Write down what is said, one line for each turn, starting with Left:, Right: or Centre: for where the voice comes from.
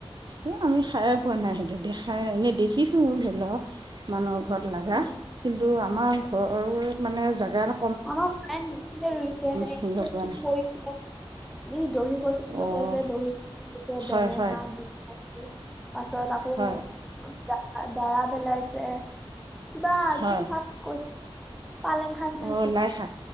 Right: এ আমি খাইয়ে পোৱা নাই সেইটো দিয়া খাই এনে দেখিছোঁ ধৰি লওঁক মানুহৰ ঘৰত লাগা
Centre: অ
Right: কিন্ কিন্তু আমাৰ ঘৰৰ মানে জেগা এটাত
Centre: আমাৰ মায়ে নিজে ৰুইছে,
Right: হেৰি পোৱা নাই
Centre: কৰিছিলে দহি কচু বুলি
Right: অঁ
Centre: কয় যে দহি কচু বুলি কয়।
Right: হয়
Centre: বেঙেনা,
Right: হয়
Centre: বিলাহী। পাছত আকৌ
Right: হয়
Centre: তা দাৰা বেলাইছে। বা
Right: হয়
Centre: কি শাক কৈ পালেং শাক নে
Right: অঁ লাই শাক